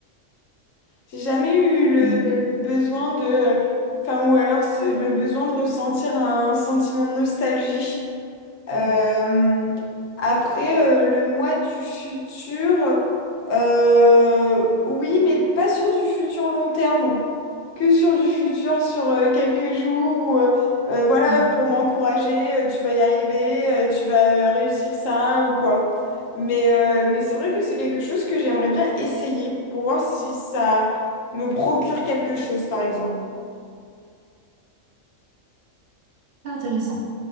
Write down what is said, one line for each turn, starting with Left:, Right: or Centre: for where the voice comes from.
Left: J'ai jamais eu le,
Right: Mhm.
Left: le besoin de, enfin, ou alors ce- le besoin de ressentir un sentiment de nostalgie. Euh, après, euh, le moi du futur, euh, oui, mais pas sur du futur long terme, que sur du futur sur euh, quelques jours, ou, euh, euh, voilà,
Right: Mhm.
Left: pour m'encourager, euh, tu vas y arriver, euh, tu vas euh, réussir ça ou quoi. Mais, euh, mais c'est vrai que c'est quelque chose que j'aimerais bien essayer pour voir si ça me procure quelque chose, par exemple.
Right: C'est intéressant.